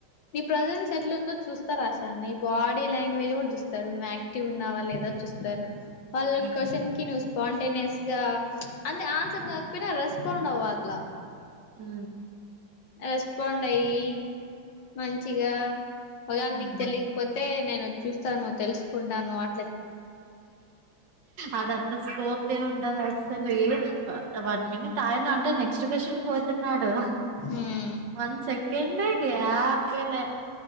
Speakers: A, on the left (about 80°); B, on the right (about 75°).
A: నీ ప్రజెన్స్ ఎట్లుందో చూస్తా రాస తన్ నీ బాడీ లాంగ్వేజ్ కూడా చూస్తారువ్ యాక్టివ్ ఉన్నావా లేదా చూ తారు వాళ్ళ
B: ఉమ్
A: క్వశ్చన్ కి నువ్ స్పాంటేనియస్ గా అంటే ఆన్సర్ కాకపోయినా తుండవ్ వాల్ల
B: ఉ
A: రెస్పాండ్ అయ్యి మంచిగా ఒకవేళ
B: ఉమ్
A: నీకు తెలియపోతే నేను చూస్తాను తెలుసుకుంటాను అ
B: అదంత స్కోపే ఉండద అసలు ఏ వన్ మినిట్ ఆయన అంటే నెక్స్ట్కషన్ పోతున్నాడు.
A: ఉమ్
B: వన్ సెకెడ్గ గ్యాప్ లే